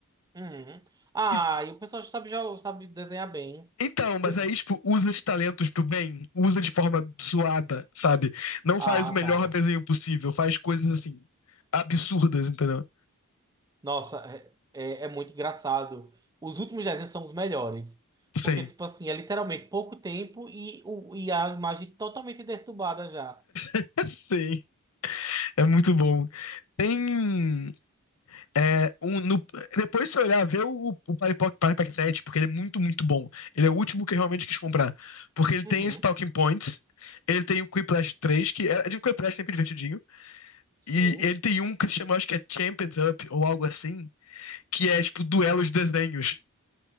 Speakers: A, on the right (about 15°); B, on the left (about 75°).
A: Uhum. Ah,
B: E
A: e o pessoal já sabe, já sabe desenhar bem.
B: Então, mas
A: P-
B: aí, tipo, usa esses talentos pro bem, usa de forma zoada, sabe? Não
A: Ah,
B: faz o melhor
A: tá.
B: desenho possível, faz coisas assim, absurdas, entendeu?
A: Nossa, é, é, é muito engraçado. Os últimos desenhos são os melhores.
B: Sim.
A: Porque, tipo assim, é literalmente pouco tempo e, o, e a imagem totalmente deturbada já.
B: <laughs> Sim, é muito bom. Tem. é, Um, no- depois, se olhar, vê o, o Party Pock- Party Pack 7, porque ele é muito, muito bom. Ele é o último que eu realmente quis comprar. Porque ele tem
A: Uhum.
B: esse Talking Points, ele tem o Quiplash 3, que é é de Quiplash sempre divertidinho.
A: Sim.
B: E ele tem um que se chama, acho que é Champions Up ou algo assim, que é tipo duelos desenhos.